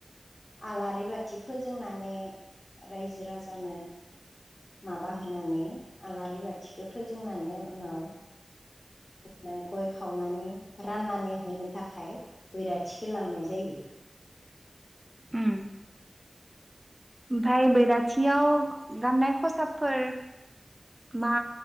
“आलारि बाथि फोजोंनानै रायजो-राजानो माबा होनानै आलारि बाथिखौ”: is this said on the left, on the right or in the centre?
Left